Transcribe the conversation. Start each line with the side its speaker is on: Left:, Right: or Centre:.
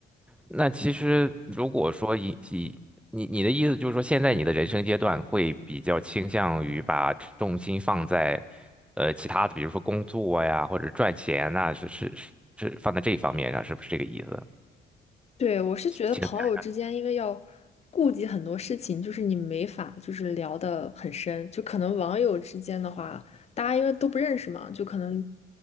Centre: 那其实如果说以以你你的意思就是说，现在你的人生阶段会比较倾向于把重心放在呃其他的，比如说工作呀或者赚钱呐、是是是是放在这一方面上，是不是这个意思？
Left: 对，我是觉得朋友之间，
Centre: 情感
Left: 因为要顾及很多事情，就是你没法就是聊得很深，就可能网友之间的话，大家因为都不认识嘛，就可能